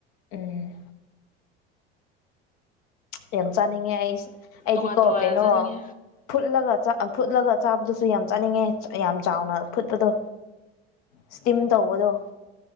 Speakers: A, on the left; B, on the left.
A: ꯎꯝ ꯑꯦꯦꯝꯆꯅꯤ ꯉꯥꯏꯁ ꯑꯩꯗꯤ
B: ꯇꯣꯉꯥꯟ
A: ꯀꯣ
B: ꯇꯣꯉꯥꯟꯅ
A: ꯀꯩꯅꯣ
B: ꯆꯥꯅꯤꯡꯉꯦ
A: ꯐꯨꯠꯂꯒ ꯆ ꯐꯨꯂ ꯆꯥꯕꯗꯨꯁꯨ ꯌꯥꯝ ꯆꯥꯅꯤꯡꯉꯦ ꯌꯥꯝ ꯆꯥꯎꯅ ꯐꯨꯠꯄꯗꯣ ꯏꯁꯇꯤꯝ ꯇꯧꯕꯗꯣ